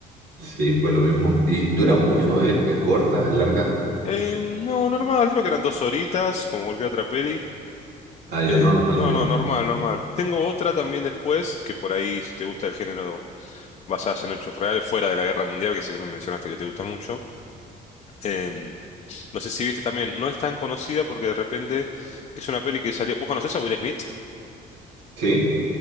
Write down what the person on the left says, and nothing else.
Eh, no, normal, creo que eran dos horitas, como cualquier otra peli.
Eh,
no,
no, normal, normal. Tengo otra también después, que por ahí, si te gusta el género basadas en hechos reales, fuera de la Guerra Mundial, que sé que me mencionaste que te gusta mucho. Eh, no sé si viste también, no es tan conocida porque de repente es una peli que salió. ¿Vos conocés a Will Smith?